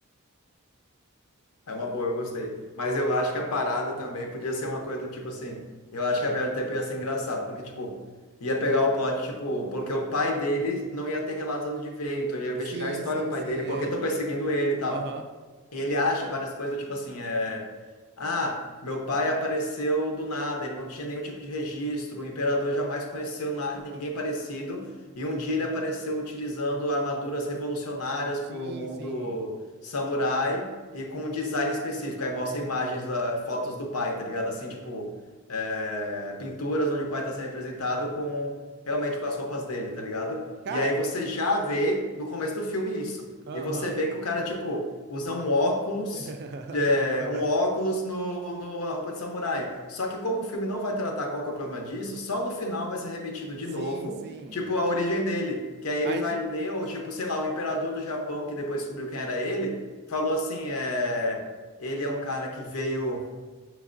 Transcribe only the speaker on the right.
Sim,
sim,
sim,
é.
<laughs>
Aham.
Sim,
sim.
Cara,
aham.
<laughs>
Sim,
sim.
A
gente.